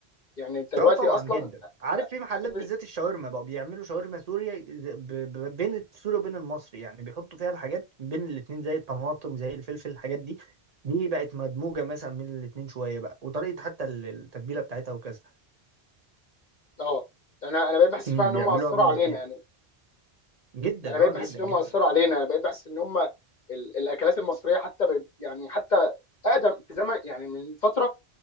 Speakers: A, on the left; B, on the right.
A: يعني انت
B: اه
A: دلوقتي
B: طبعا
A: اصلا
B: جدا عارف في محلات
A: انا
B: بالذات
A: مش-
B: الشاورما بقوا بيعملوا شاورما سوريا ز- ب- ب- بين السوري وبين المصري يعني بيحطوا فيها الحاجات بين الاتنين زي الطماطم زي الفلفل الحاجات دي دي بقت مدموجة مثلا بين الاتنين شوية بقى وطريقة حتى ال- التتبيلة بتاعتها وكذا
A: اه انا انا بقيت بحس
B: امم
A: فعلا ان
B: بيعملوها
A: هم اثروا
B: بين
A: علينا
B: الاتنين
A: يعني
B: جدا
A: انا بقيت
B: اه
A: بحس
B: جدا
A: ان
B: جدا
A: هم اثروا علينا انا بقيت بحس ان هم ال- الاكلات المصريه حتى ب... يعني حتى اقدم في زمن يعني من فتره